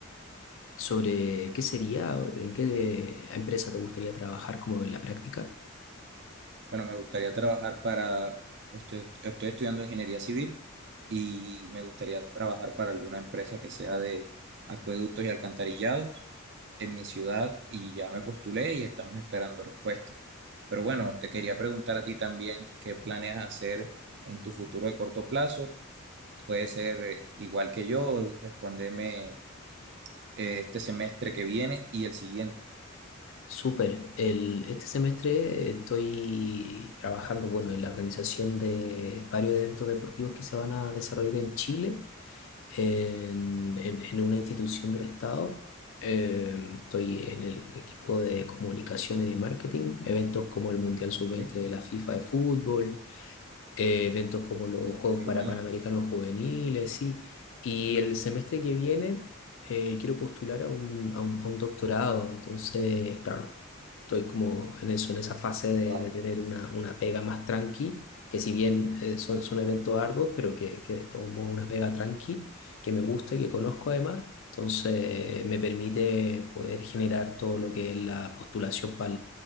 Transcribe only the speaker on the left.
sobre qué sería, en qué de- empresa te gustaría trabajar como en la práctica.
Súper. El, este semestre estoy trabajando, bueno, en la organización de varios eventos deportivos que se van a desarrollar en Chile, en, en- en una institución del Estado. Eh, estoy en el equipo de comunicaciones y de marketing, eventos como el Mundial Sub-20
de la FIFA de fútbol eh, eventos como los Juegos
para Panamericanos Juveniles, sí. Y el semestre que viene eh, quiero postular a un, a un- a un doctorado, entonces, claro, estoy como en eso, en esa fase de,
de tener una, una pega más tranqui, que si bien eh, son, son eventos arduos, pero que, que de todos modos una pega tranqui, que me gusta y que conozco además. Entonces me permite poder generar todo lo que es la postulación